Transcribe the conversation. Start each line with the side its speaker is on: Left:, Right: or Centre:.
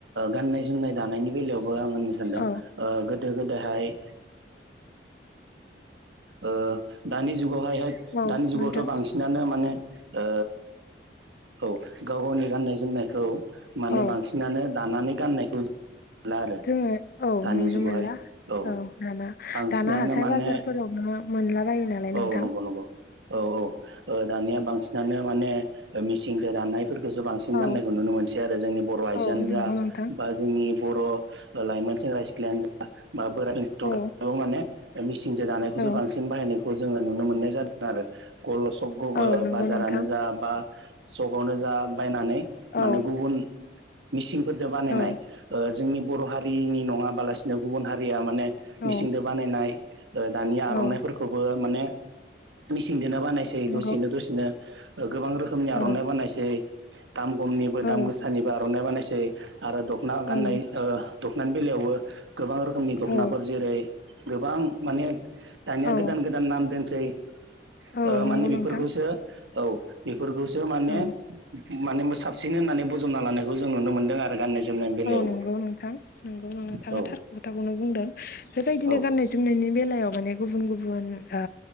Right: गाननाय जोमनाय दानायनि बेलायावबो आं होननो सानदों
Left: औ
Right: गोदो गोदहाय ओं दानि दानि जुगावाहाय
Left: औ
Right: दानि जुगावथ'
Left: नोंथां
Right: बांसिनानो माने औ गाव गावनि गाननाय जोमनायखौ माने
Left: औ
Right: बांसिनानो दानानै गाननायखौ नुला आरो
Left: जोङो औ
Right: दानि
Left: नुनो
Right: जुगावहाय
Left: मोनला
Right: औ
Left: दाना
Right: बांसिनानो
Left: दाना हाथाय
Right: माने
Left: बाजारफोरावनो मोनलाबायो नालाय
Right: औ
Left: नोंथां
Right: नंगौ नंगौ औ औ ओ दानि बांसिनानो माने मेसिनजों दानाय फोरखौसो बांसिन गान्नायखौ
Left: औ
Right: नुनो मोनसै आरो जोंनि बर' आइजोआनो
Left: औ नंगौ
Right: जा
Left: नोंथां
Right: बा जोंनि बर' लाइमोन सेंग्रा सिख्लायानो जा बा बोराइ बेनथ
Left: औ
Right: गासिबो माने मिसिंजों दानायखौसो
Left: औ
Right: बांसिन बाहायनायखौ जोङो नुनो मोननाय जादों आरो गल' सक
Left: औ नंगौ
Right: बाजारानो
Left: नोंथां
Right: जा बा सकआवनो जा बायनानै
Left: औ
Right: माने गुबुन मिसिनफोरजों बानायनाय
Left: औ
Right: जोंनि बर' हारिनि नङाबालासिनो गुबुन हारिया माने
Left: औ
Right: मिसिंजों बानायनाय दानि आर'नाइफोरखौबो
Left: औ
Right: माने मेसिजोंनो बानायसै
Left: नंगौ
Right: दसेनो दसेनो। गोबां रोखोमनि
Left: औ
Right: आर'नाइ बानायसै दाम खमनिबो
Left: औ
Right: दाम गोसानिबो आर'नाइ बानायसै आरो दखना
Left: औ
Right: गाननाय दखनानि बेलायावबो गोबां रोखोमनि दख'नाफोर
Left: औ
Right: जेरै गोबां माने दानिया
Left: औ
Right: गोदान गोदान नाम दोनसै। माने
Left: औ नंगौ
Right: बेफोरखौसो
Left: नोंथां
Right: औ बेफोरखौसो माने
Left: औ
Right: माने साबसिन होन्नानै बजबना लानायखौ जों नुनो मोनदों आरो गाननाय जोमनायनि बेलायावबो
Left: औ नंगौ नोंथां नोंगौ नोंथाङा
Right: औ
Left: थार खोथाखौनो बुंदों। बेबायदिनो
Right: औ
Left: गान्नाय जोमनायनि बेलायाव माने गुबुन गुबुन ओ